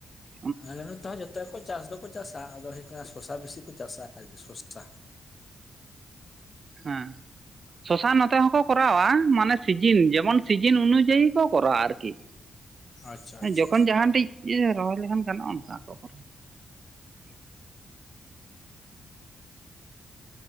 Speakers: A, on the right; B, on the left.
A: ᱾
B: ᱟᱞᱮ ᱱᱚᱛᱮ ᱦᱚᱸ ᱡᱚᱛᱚ ᱜᱮ ᱠᱚ ᱪᱟᱥ ᱫᱚᱠᱚ ᱪᱟᱥᱟ ᱟᱫᱚ ᱦᱩᱭᱩᱜ ᱠᱟᱱᱟ ᱥᱚᱨᱥᱟ ᱵᱮᱥᱤ ᱠᱚ ᱪᱟᱥᱟ ᱟᱨᱠᱤ ᱥᱚᱨᱥᱟ ᱾
A: ᱦᱮᱸ ᱥᱚᱥᱟ ᱱᱚᱛᱮ ᱦᱚᱸᱠᱚ ᱠᱚᱨᱟᱣᱟ ᱢᱟᱱᱮ ᱥᱤᱡᱤᱱ ᱡᱮᱢᱚᱱ ᱥᱤᱡᱤᱱ ᱚᱱᱩᱡᱟᱭ ᱠᱚ ᱠᱚᱨᱟᱣᱟ ᱟᱨᱠᱤ
B: ᱟᱪᱪᱷᱟ ᱟᱪᱪᱷᱟ
A: ᱡᱚᱠᱷᱚᱱ ᱡᱟᱦᱟᱸ ᱴᱤᱡ ᱤᱭᱟᱹ ᱨᱚᱦᱚᱭ ᱞᱮᱠᱷᱟᱱ ᱜᱟᱱᱚᱜᱼᱟ ᱚᱱᱠᱟ ᱠᱚ ᱠᱚᱨᱟᱣ ᱾